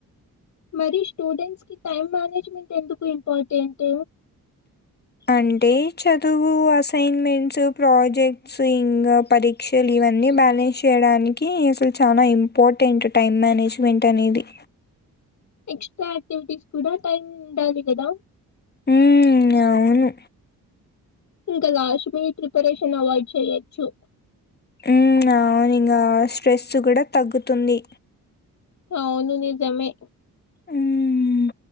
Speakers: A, on the left (about 50°); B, on the left (about 25°).
A: మరి స్టూడెంట్స్ కి టైం మేనేజ్మెంట్ ఎందుకు ఇంపార్టెంట్
B: అంటే చదువు అసైన్మెంట్స్ ప్రాజెక్ట్స్ ఇంగ పరీక్షలు ఇవన్నీ బ్యాలెన్స్ చేయడానికి అసలు చాలా ఇంపార్టెంట్ టైమ్ మేనేజ్మెంట్ అనేది
A: ఎక్స్ట్రా యాక్టివిటీస్ కూడా టైం ఉండాలి కదా
B: మ్ అవును
A: ఇంకా లాస్ట్ మీ ప్రిపరేషన్ అవాయిడ్ చేయొచ్చు
B: మ్ అవును ఇంగ స్ట్రెస్ కూడా తగ్గుతుంది
A: అ అవును నిజమే
B: మ్